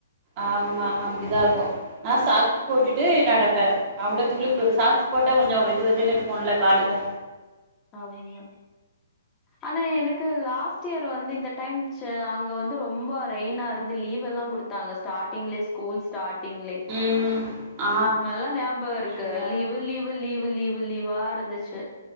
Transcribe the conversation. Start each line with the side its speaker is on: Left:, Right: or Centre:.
Right: ஆமா அப்டிதா இருக்கு நா சாக்ஸ் போட்டுட்டு நடக் ப்ப அவ்வளதுக்குளுக்கு ஒரு சாக்ஸ் போட்டா கொஞ்சோ வெது வெதுன்னு இருக்கும்ல காலுக்கு
Left: ஆமா ஆனா எனக்கு லாஸ்ட் இயர் வந்து இந்த டைம் ச்ச அங்க வந்து ரொம்ப ரெயினா இருந்து லீவெல்லா கொடுத்தாங்க ஸ்டார்ட்டிங்லே ஸ்கூல் ஸ்டார்ட் ட்டிங்ளே
Right: ம் ஆ
Left: நல்லா ஞாபகம் இருக்கு
Right: இங்க
Left: லீவு லீவு லீவு லீவு லீவா இருந்துச்சு